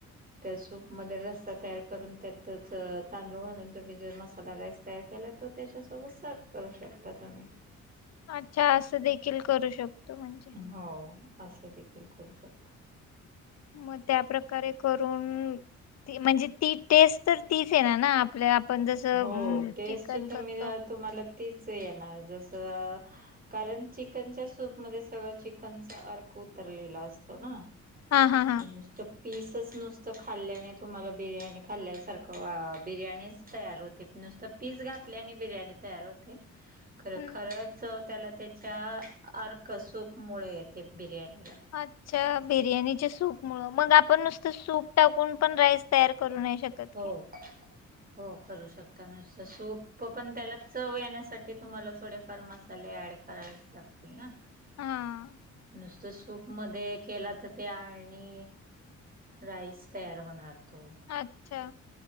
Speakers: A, on the right; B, on the left.
A: त्या सूपमध्ये रस्सा तयार करून त्यातच तांदूळ घालून तुम्ही जर मसाला राईस तयार केलात तो त्याच्यासोबत सर्व करू शकता तुम्ही.
B: अच्छा असं देखील करू शकतो म्हणजे.
A: हो असं देखील करू शकता.
B: म त्याप्रकारे करून ती म्हणजे ती टेस्ट तर तीच येणार ना आपल्या आपण जसं
A: हो टेस्ट
B: चिकन
A: तुम्ही
B: करतो
A: जरा तुम्हाला तीच येणार जसं कारण चिकनच्या सूप मध्ये सगळं चिकनचा अर्क उतरलेला असतो ना
B: हा हा हा
A: म नुस तं पीसच नुसतं खाल्ल्याने तुम्हाला बिर्याणी खाल्ल्यासारखं आ बिर्याणीच तयार होते नुसतं पीस घातल्या आणि बिर्याणी तयार होते खरं
B: हम्म.
A: खरंच त्याला त्याच्या अर्क सूपमुळे येते बिर्याणीला.
B: अच्छा बिर्याणीचे सूप मुळं मग आपण नुसतं सूप टाकून पण राईस तयार करू नाही शकत.
A: हो
B: की
A: हो करू शकता नुसतं सूप पण त्याला चव येण्यासाठी तुम्हाला थोडे फार मस् ले ऍड करा लागतील ना
B: हा
A: नुस ज सूपमध्ये केला तर ते आणि राईस तयार होणार तो.
B: अच्छा